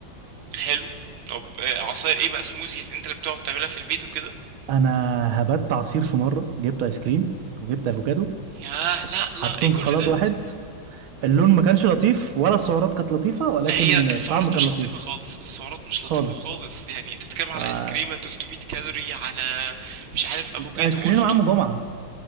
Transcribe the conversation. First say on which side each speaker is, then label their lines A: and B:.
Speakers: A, on the right; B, on the right.
A: حلو طب آه، عصاير ايه بقى سموزيز انت اللي بتقعد تعملها في البيت وكده
B: انا هبت عصير في مرة جبت ايس كريم وجبت افوكادو
A: ياه لا لا
B: حطيتهم
A: ايه كل
B: في خلاط
A: ده
B: واحد اللون ما كانش لطيف ولا السعرات كانت لطيفة ولكن
A: هي
B: الطعم
A: السعرات
B: كان
A: مش
B: لطيف
A: لطيفة خالص السعرات مش
B: خالص
A: لطيفة خالص يعني انت بتتكلم على
B: آه،
A: ايس كريمة 300 كالوري على مش عارف افوكادو
B: ايس كريم
A: قلت
B: عم جمعة